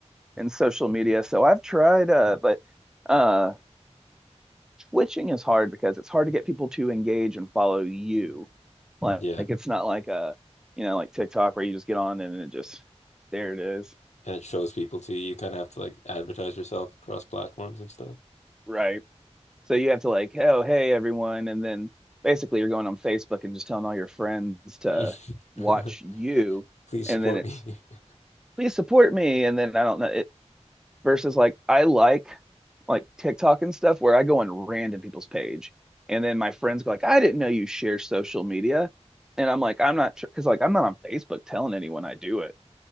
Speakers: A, in the centre; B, on the left (about 75°).
A: and social media so i've tried uh but uh switching is hard because it's hard to get people to engage and follow you. Like,
B: Yeah.
A: like it's not like a, you know, like TikTok where you just get on and it just there it is.
B: And it shows people to you. You kind of have to like advertise yourself across platforms and stuff.
A: Right. So you have to like, oh, hey everyone, and then basically you're going on Facebook and just telling all your friends to
B: Yeah.
A: watch
B: <laughs>
A: you,
B: Please
A: and
B: support
A: then it's
B: me. <laughs>
A: please support me, and then I don't know. It, versus like I like like TikTok and stuff where I go on random people's page and then my friends go like I didn't know you share social media and I'm like I'm not sure, because like I'm not on Facebook telling anyone I do it